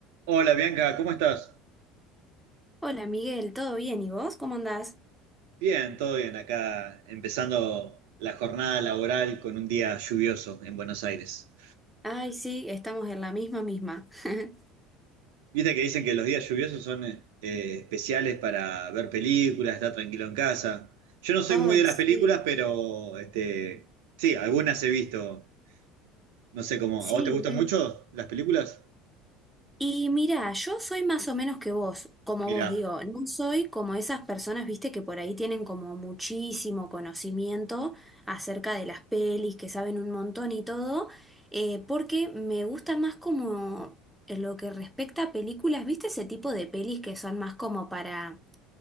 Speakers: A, on the right (about 65°); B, in the centre.
A: Hola Bianca, ¿cómo estás?
B: Hola Miguel, ¿todo bien? ¿Y vos? ¿Cómo andás?
A: Bien, todo bien. Acá empezando la jornada laboral con un día lluvioso en Buenos Aires.
B: Ay, sí, estamos en la misma misma. <laughs>
A: Viste que dicen que los días lluviosos son eh, especiales para ver películas, estar tranquilo en casa. Yo no soy
B: Ay,
A: muy de las
B: sí.
A: películas, pero este, sí, algunas he visto. No sé cómo.
B: Sí.
A: ¿A vos te gustan
B: Y,
A: mucho las películas?
B: y mira, yo soy más o menos que vos, como
A: Mirá,
B: vos digo, no soy como esas personas, viste, que por ahí tienen como muchísimo conocimiento acerca de las pelis, que saben un montón y todo, eh, porque me gusta más como en lo que respecta a películas, viste, ese tipo de pelis que son más como para...